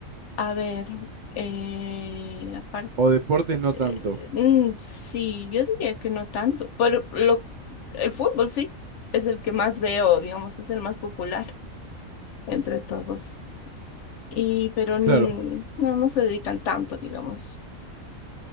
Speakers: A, on the left; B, on the right.
A: A ver, eh, aparte,
B: ¿O deportes no
A: eh,
B: tanto?
A: mm, sí, yo diría que no tanto, pero lo, el fútbol sí, es el que más veo, digamos, es el más popular entre todos. Y, pero mm,
B: Claro,
A: no, no se dedican tanto, digamos.